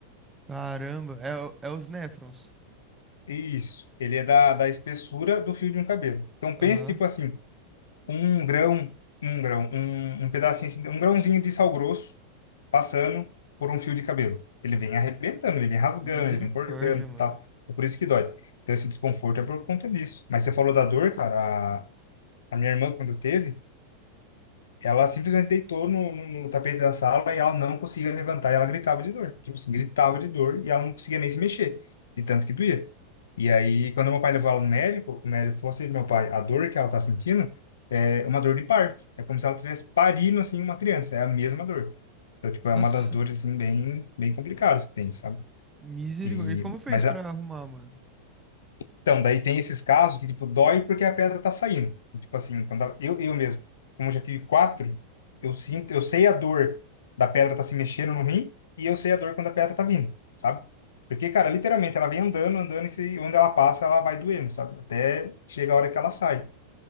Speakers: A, on the right; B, on the left.
A: Caramba, é, o- é os néfrons.
B: Isso, ele é da, da espessura do fio de um cabelo. Então
A: Aham.
B: pense, tipo assim, um grão, um grão, um, um pedacinho, assim, um grãozinho de sal grosso passando por um fio de cabelo. Ele vem arrebentando, ele vem rasgando,
A: Misericórdia,
B: ele vem cortando
A: mano.
B: e tal. É por isso que dói. Então, esse desconforto é por conta disso. Mas você falou da dor, cara. A, a minha irmã, quando teve, ela simplesmente deitou no, no, no tapete da sala e ela não conseguia levantar e ela gritava de dor. Tipo assim, gritava de dor e ela não conseguia nem se mexer, de tanto que doía. E aí, quando meu pai levou ela no médico, o médico falou assim, meu pai, a dor que ela tá sentindo é uma dor de parto. É como se ela tivesse parindo, assim, uma criança. É a mesma dor. Então, tipo, é
A: Nossa,
B: uma das dores, assim, bem, bem complicadas que tem, sabe?
A: misericórdia.
B: E,
A: E como fez
B: mas
A: pra
B: a,
A: arrumar, mano?
B: então, daí tem esses casos que, tipo, dói porque a pedra tá saindo. E, Tipo assim, quando ela- eu, eu mesmo, como eu já tive quatro, eu sinto, eu sei a dor da pedra tá se mexendo no rim e eu sei a dor quando a pedra tá vindo, sabe? Porque, cara, literalmente ela vem andando, andando e se, onde ela passa ela vai doendo, sabe? Até chega a hora que ela sai.